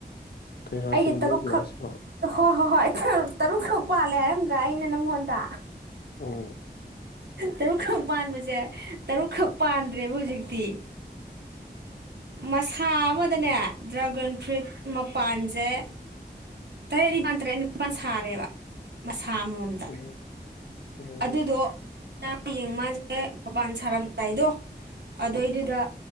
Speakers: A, on the left; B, on the right.
A: ꯀꯩꯅꯣ ꯍꯥꯏꯁꯤꯕꯨ
B: ꯑꯩꯒꯤ ꯇꯔꯨꯛꯈꯛ
A: ꯅꯣꯏꯒꯤꯔꯣ ꯍꯥꯏꯁꯤꯕꯣ
B: ꯍꯣ ꯍꯣ ꯍꯣꯏ ꯇꯔꯨꯛꯈꯛ ꯄꯥꯜꯂꯦ ꯍꯥꯏꯔꯝꯗ꯭ꯔꯥ ꯑꯩꯅ ꯅꯪꯉꯣꯟꯗ
A: ꯎꯝ
B: ꯇꯔꯨꯛꯈꯛ ꯄꯥꯟꯕꯁꯦ ꯇꯔꯨꯛꯈꯛ ꯄꯥꯟꯗ꯭ꯔꯦꯕ ꯍꯧꯖꯤꯛꯇꯤ ꯃꯁꯥ ꯑꯃꯗꯅꯦ ꯗ꯭ꯔꯥꯒꯟ ꯐ꯭ꯔꯨꯏꯠ ꯃꯄꯥꯟꯁꯦ ꯇꯔꯦꯠ ꯅꯤꯄꯥꯜ ꯇꯔꯦꯠꯅꯤ ꯅꯤꯄꯥꯟ ꯁꯥꯔꯦꯕ ꯊꯥ ꯑꯃꯃꯝꯗ
A: ꯎꯝ ꯎꯝ
B: ꯑꯗꯨꯗꯣ ꯑ ꯍꯌꯦꯡ ꯃꯥꯁꯦ ꯃꯄꯥꯟ ꯁꯥꯔꯝꯗꯥꯏꯗꯣ ꯑꯗꯨꯗꯏꯗꯨꯗ